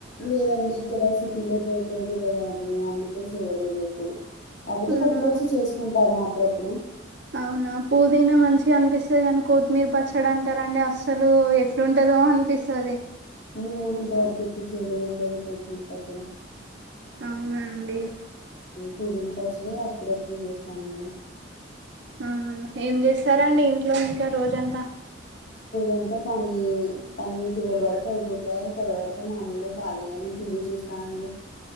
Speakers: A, on the left; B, on the right.
A: లేదండి ఇక్కడ సిటీలో దొరుకదు కదా అన్ని అందుకే చెయలేదు ఎప్పుడు కాపోతే
B: హ్మ్.
A: కొన్కొచ్చి చేసుకుంటాము అప్పుడప్పుడు
B: అవునా పుదీనా మంచిగా అనిపిస్తది కాని కొత్తిమీర్ పచ్చడ అంటారండి అస్సలు ఎట్లుంటది ఏదో అనిపిస్తాది
A: నేన్ కూడా ఇంతవరకు ఎప్పుడు చేయలేదండి అదే కొత్మిర్ పచ్చడ
B: అవునండి
A: పుదినపచ్చడే అప్పుడప్పుడు చేస్తాము
B: ఆ ఏం చేస్తారండి ఇంట్లో ఇంకా రోజంతా
A: ఎంతా పనీ పని ట్వెల్వ్ వరకు అయిపోతాయి తర్వాత మామూలుగా ఖాళీగానే టీవీ చూ స్థాండి